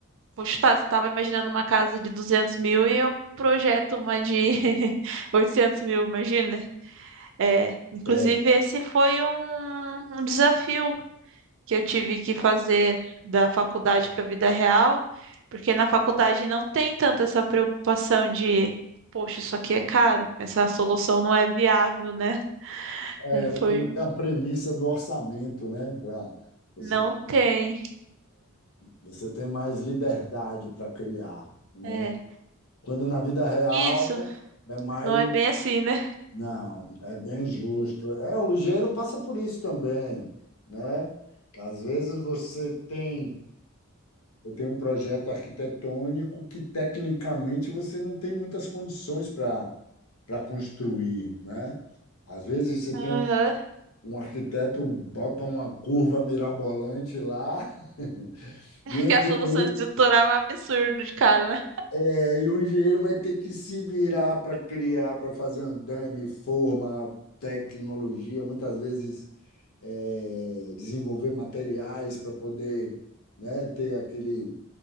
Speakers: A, on the right; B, on the left.
A: poxa, tá, você estava imaginando uma casa de duzentos mil e eu projeto uma de <laughs> oitocentos mil, imagina? É, inclusive,
B: é,
A: esse foi um, um desafio que eu tive que fazer da faculdade para a vida real, porque na faculdade não tem tanto essa preocupação de. Poxa, isso aqui é caro, essa solução não é viável, né?
B: É,
A: Aí foi
B: você não tem a premissa do orçamento, né? Pra, você,
A: Não tem.
B: você tem mais liberdade para criar, né?
A: É.
B: Quando na vida real
A: Isso,
B: é mais.
A: não é bem assim, né?
B: Não, é bem justo. É, o engenheiro passa por isso também, né? Às vezes você tem, tem um projeto arquitetônico que tecnicamente você não tem muitas condições para para construir, né? Às vezes você
A: Aham.
B: tem um Um arquiteto bota uma curva mirabolante lá <laughs> e
A: É
B: o
A: que a
B: engenheiro,
A: solução estrutural é um absurdo de cara, né?
B: é, e o engenheiro vai ter que se virar para criar, para fazer andame, forma, tecnologia, muitas vezes é, desenvolver materiais para poder, né, ter aquele,